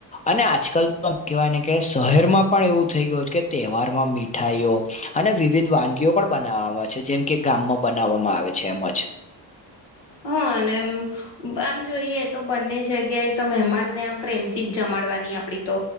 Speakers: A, on the left; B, on the left.
A: અને આજકાલ તો કેવાયને કે શહેરમાં પણ એવું થઈ ગયું છ કે તહેવારમાં મી મીઠાઈઓ અને વિવિધ વાનગીઓ પણ બનાવામાં છે જેમ કે ગામમાં બનાવામાં આવે છે એમજ.
B: હા અને એમ આમ જોઈએ તો બંને જગ્યાએ તો મહેમાનને આમ પ્રેમથી જ જમાડવાની આપડી તો